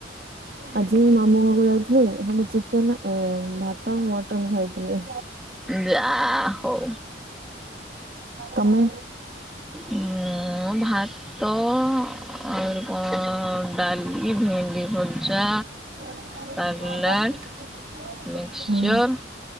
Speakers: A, on the right; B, in the centre.
A: ଆଜି ମୁଁ ମାମୁଁ ଘରକୁ ଯାଇଥିଲି ସେ ଚିକେନ, ଭାତ, ମଟନ ଖାଇଥିଲି।
B: ଯା ଆ ହଉ।
A: ତମେ
B: ମୁଁ ଭାତ ଆହୁରି କଣ ଡାଲି, ଭେଣ୍ଡି ଭଜା।
A: <unintelligible>
B: ସାଲାଡ଼ ମିକ୍ସଚର୍
A: ହୁଁ